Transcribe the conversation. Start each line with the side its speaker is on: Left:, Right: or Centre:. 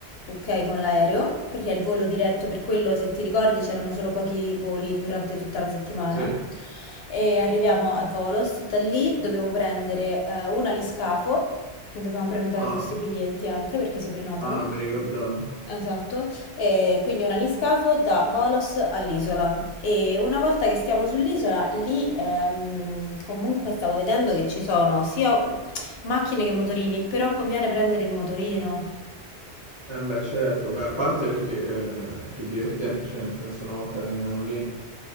Left: ok, con l'aereo, perché è il volo diretto, per quello se ti ricordi c'erano solo pochi voli durante tutta la settimana.
Right: Sì.
Left: E arriviamo a Volos, da lì dobbiamo prendere eh, un aliscafo e dobbiamo prenotare
Right: Ah,
Left: questi biglietti anche perché si prenotano.
Right: ah, non mi ricordavo.
Left: Esatto, e quindi un aliscafo da Volos all'isola e una volta che stiamo sull'isola lì ehm, comunque stavo vedendo che ci sono sia macchine che motorini, però conviene prendere il motorino.
Right: Eh beh, certo, beh, a parte perché eh, è più divertente, cioè nel senso una volta che andiamo lì